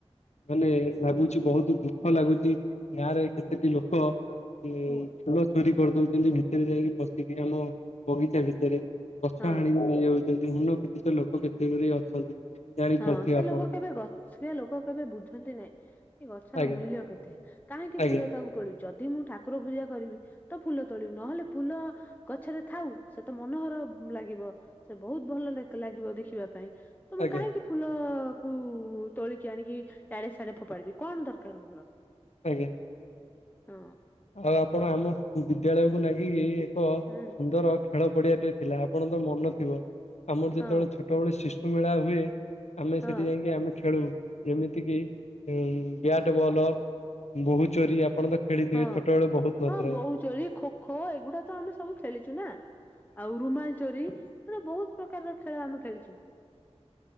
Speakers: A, on the left; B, on the left.
A: ମାନେ ଲାଗୁଛି ବୋହୁତ୍ ଦୁଃଖ ଲାଗୁଛି। ଗାଁରେ କେତେଟି ଲୋକ ଲୋକ ଉଁ
B: କୁହ
A: ଫୁଲ ଚୋରି କରିଦଉଛନ୍ତି, ଭିତରେ ଯାଇକି ପଶିକି ଆମ ବଗିଚା ଭିତରେ। ଗଛ
B: ହଁ।
A: ହାଣି ନେଇଯାଉଛନ୍ତି, ଉନ ପ୍ରତିଷ୍ଠ ଲୋକ କେତେ ଗୁରେ ଅଛନ୍ତି। ଜାଣିପାରୁଥିବେ
B: ହଁ ସେ
A: ଆପଣ
B: ଲୋକ କେବେ ଗ ସେ ଲୋକ କେବେ ବୁଝନ୍ତି ନାଇଁ, କି ଗଛର
A: ଆଜ୍ଞା
B: ମୂଲ୍ୟ କେତେ। କାହିଁକି
A: ଆଜ୍ଞା
B: ଫୁଲ ତାକୁ ତୋଳିବି ଯଦି ମୁଁ ଠାକୁର ପୂଜା କରିବି ତ ଫୁଲ ତୋଳିବି, ନହେଲେ ଫୁଲ ଗଛରେ ଥାଉ। ସେ ତ ମନୋହର ଲାଗିବ, ସେ ବୋହୁତ୍ ଭଲ ଲାଗିବ, ଦେଖିବା ପାଇଁ। ତମେ
A: ଆଜ୍ଞା
B: କାହିଁକି ଫୁଲ କୁ ତୋଳିକି ଆଣିକି ଇଆଡ଼େ ସିଆଡେ ଫୋପାଡିବି କଣ ଦରକାର ମୋର।
A: ଆଜ୍ଞା।
B: ହଁ।
A: ଆଉ ଆପଣ ଆମ ବିଦ୍ୟାଳୟକୁ ନାଗିକି ଏକ
B: ହୁଁ
A: ସୁନ୍ଦର ଖେଳ ପଡିଆଟେ ଥିଲା। ଆପଣ ତ ମନ ଥିବ? ଆମର ଯେତେବେଳେ
B: ହଁ
A: ଛୋଟ ଛୁଟ ବେଳେ ଶିଶୁ ମେଳା ହୁଏ ଆମେ
B: ହଁ
A: ସେଠି ଯାଇକି ଆମେ ଖେଳୁ। ଯେମିତି କିି ଉଁ ବ୍ୟାଟ୍ ବଲ୍, ବୋହୁ ଚୋରି ଆପଣ ତ ଖେଳିଥିବେ?
B: ହ,
A: ଛୋଟବେଳେ ବହୁତ ମାତ୍ରାରେ
B: ହଁ ବୋହୂଚୋରି, ଖୋଖୋ, ଏଗୁଡା ତ ଆମେ ସବୁ ଖେଳିଛୁ ନା। ଆଉ ରୁମାଲ୍ ଚୋରି। ସେତେବେଳେ ବୋହୁତ୍ ପ୍ରକାରର ଖେଳ ଆମେ ଖେଳିଛୁ।